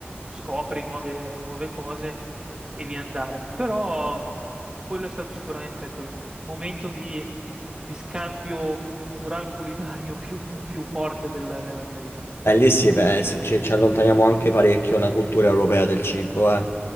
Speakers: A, on the right (about 25°); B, on the left (about 70°).
A: scopri nuove, nuove cose e via andare. Però mh, quello è stato sicuramente ecco, il momento di, di scambio cultural culinario <laughs> più, più forte della, della mia vita.
B: Eh, lì sì, beh, sì, ci, ci allontaniamo anche parecchio dalla cultura europea del cibo, eh.